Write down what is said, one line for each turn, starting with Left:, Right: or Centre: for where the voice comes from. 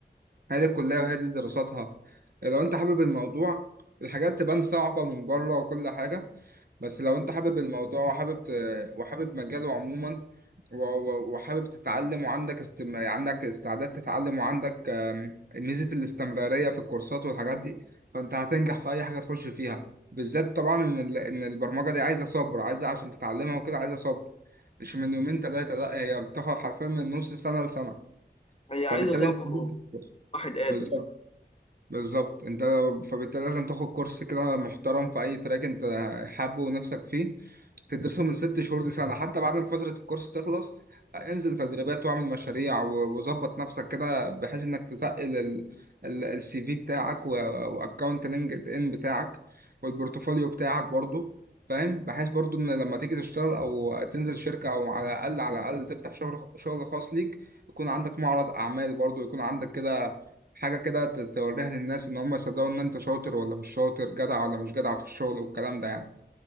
Right: هي دي الكلية وهي دي دراساتها لو انت حابب الموضوع الحاجات تبان صعبة من بره وكل حاجة بس لو انت حابب الموضوع وحابب ت... وحابب مجاله عموما و... و- وحابب تتعلم وعندك استم... عندك استعداد تتعلم وعندك آم، ميزة الاستمرارية في الكورسات والحاجات دي فانت هتنجح في اي حاجة تخش فيها بالذات طبعا ان ال... ان البرمجة دي عايزة صبر عايزة عشان تتعلمها وكده عايزة صبر مش من يومين ثلاثة لا هي بتاخد حرفيا من نص سنة لسنة
Left: هي عايزة
Right: فبالتالي
Left: صبر
Right: انت لازم- تدرس.
Left: وواحد قادر
Right: بالظبط بالظبط انت فبالتالي لازم تاخد كورس كده محترم في اي تراك انت حابه ونفسك فيه تدرسه من ست شهور لسنة حتى بعد ما فترة الكورس تخلص انزل تدريبات واعمل مشاريع و- وظبط نفسك كده بحيث انك تتقل السي في بتاعك واكونت لينكد ان بتاعك والبورتفوليو بتاعك برضو فاهم بحيث برضو ان لما تيجي تشتغل او تنزل شركة او على الاقل على الاقل تفتح شغل شغل خاص ليك يكون عندك معرض اعمال برضو يكون عندك كده حاجة كده ت- توريها للناس إن هم يصدقوا إن أنت شاطر ولا مش شاطر جدع ولا مش جدع في الشغل والكلام ده يعني